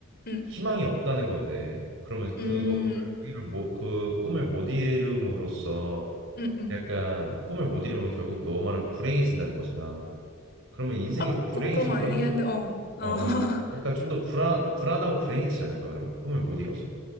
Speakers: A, on the left; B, on the right.
A: 음,
B: 희망이 없다는 건데 그러면 그거
A: 음,
B: 그 일을 못, 그 꿈을 못 이룸으로써
A: 음, 음.
B: 약간 꿈을 못 이루면 결국 너 말은 불행해진다는 거잖아. 그러면 인생이
A: 아,
B: 더 불행해지고
A: 꼭 그런 거
B: 그런
A: 아니긴
B: 느낌?
A: 한데, 어, 어.
B: 어,
A: <laughs>
B: 그- 약간 좀 더 불안 불안하고 불행해지지 않을까 그러면 꿈을 못 이뤄서?